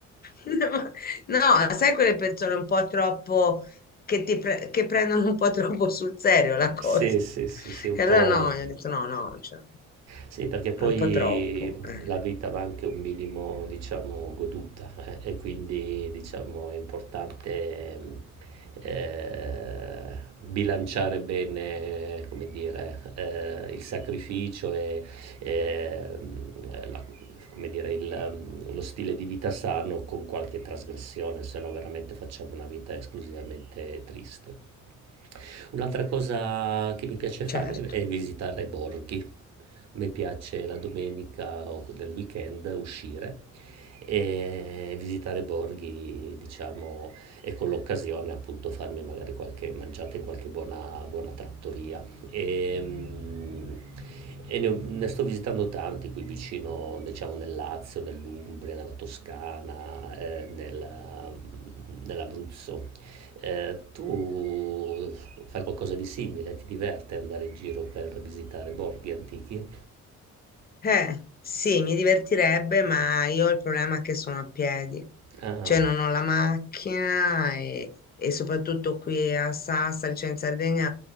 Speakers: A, on the left; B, on the right.
A: no, no, sai quelle persone un po' troppo che, ti pre- che prendono un po' troppo sul serio la cosa.
B: Sì, sì, sì, sì, un
A: E allora
B: po'.
A: no, gli ho detto no, no, cioè,
B: Sì, perché poi
A: un po' troppo. eh,
B: la vita va anche un minimo, diciamo, goduta, eh, e quindi, diciamo, è importante mh, eh, bilanciare bene, come dire, eh, il sacrificio e, e, mh, la- come dire, il, mh, lo stile di vita sano con qualche trasgressione, se no veramente facciamo una vita esclusivamente triste. Un'altra cosa che mi piace fare
A: certo.
B: è visitare borghi. A me piace la domenica o nel weekend uscire e visitare borghi, diciamo, e con l'occasione appunto farmi magari qualche mangiata in qualche buona, buona trattoria. E, mm, e ne, ho- ne sto visitando tanti qui vicino, diciamo, nel Lazio, nell'Umbria, nella Toscana, eh, nel- nell'Abruzzo. Eh, tu fai qualcosa di simile? Ti diverte andare in giro per visitare borghi antichi?
A: Eh, sì, mi divertirebbe, ma io ho il problema che sono a piedi,
B: Ah,
A: cioè non ho la macchina e, e soprattutto qui a Sassari, cioè in Sardegna,